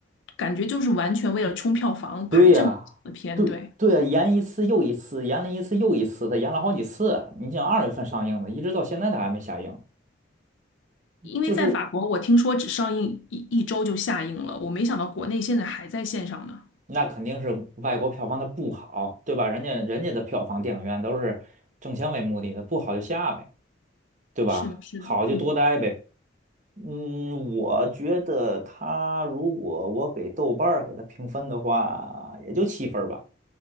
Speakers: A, on the left; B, on the right.
A: 感觉就是完全为了冲票房排这么长的片，
B: 对呀，对对呀，
A: 对？
B: 延一次又一次，延了一次又一次他延了好几次。你想二月份上映的，一直到现在他还没下映，
A: 因为在法国，
B: 就是
A: 我听说只上映一一周就下映了，我没想到国内现在还在线上呢。
B: 那肯定是外国票房它不好，对吧？人家人家的票房电影院都是挣钱为目的的，不好就下呗，对吧？
A: 是的，是的，
B: 好就多待呗。
A: 嗯
B: 嗯，我觉得他如果我给豆瓣儿给他评分的话，也就七分儿吧。